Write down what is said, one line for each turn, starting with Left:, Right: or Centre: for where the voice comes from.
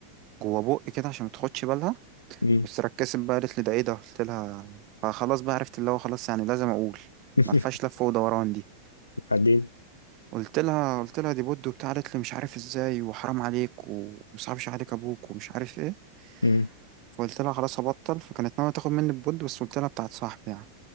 Right: جوه بقي كده عشان ما تاخدش بالها
Left: امم
Right: بس ركزت بقى قالت لي ده ايه ده قلت لها فخلاص بقى عرفت اللي هو خلاص يعني لازم اقول
Left: <laughs>
Right: ما فيهاش لف ودوران دي
Left: وبعدين
Right: قلت لها قلت لها دي بود وبتاع قالت لي مش عارف ازاي وحرام عليك ومصعبش عليك ابوك ومش عارف ايه
Left: امم
Right: فقلت لها خلاص هبطل فكانت ناويه تاخد مني البود بس قلت لها بتاعت صاحبي يعني